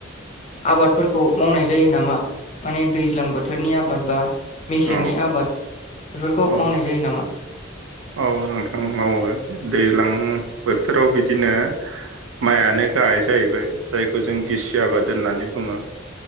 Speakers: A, on the left; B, on the right.
A: आबादफोरखौ मावनाय जायो नामा माने दैज्लां बोथोरनि आबाद बा मेसेंनि
B: औ
A: आबाद बेफोरखौ
B: औ
A: मावनाय जायो नामा?
B: औ नोंथां मावो दैज्लां बोथोराव बिदिनो माइआनो गाहाय जाहैबाय जायखौ जों गिसि आबाद होननानै बुङो